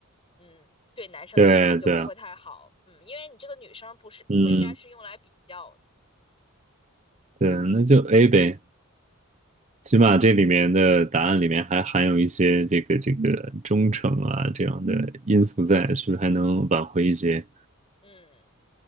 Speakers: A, on the left; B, on the right.
A: 嗯，对男生的印象就不会太好，
B: 对对，
A: 嗯，因为你这个女生不是不应该是用来比较的，
B: 嗯对，那就 A 呗。起码这里面的答案里面还含有一些这个这个忠诚啊这样的因素在，是不是还能挽回一些？
A: 嗯，